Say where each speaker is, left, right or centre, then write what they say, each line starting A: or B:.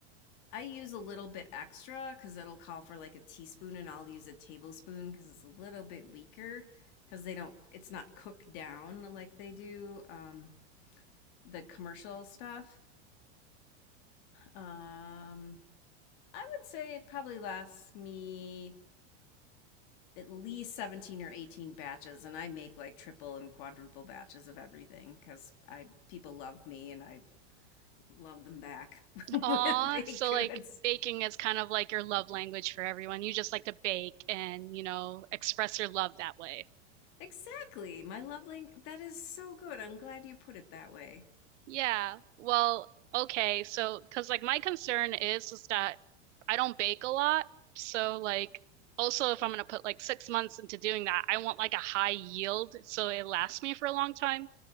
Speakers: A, on the left (about 45°); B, on the right (about 80°).
A: I use a little bit extra cuz it'll call for like a teaspoon and I'll use a tablespoon cuz it's a little bit weaker cuz they don't it's not cooked down like they do um the commercial stuff. Um I would say it probably lasts me at least 17 or 18 batches and i make like triple and quadruple batches of everything because i people love me and i love them back <laughs> with
B: Aw,
A: baked
B: so
A: goods
B: like baking is kind of like your love language for everyone. You just like to bake and, you know, express your love that way.
A: exactly my lovely that is so good i'm glad you put it that way
B: Yeah. Well, okay. So, because like my concern is is that I don't bake a lot. So like also if I'm gonna put like six months into doing that, I want like a high yield so it lasts me for a long time.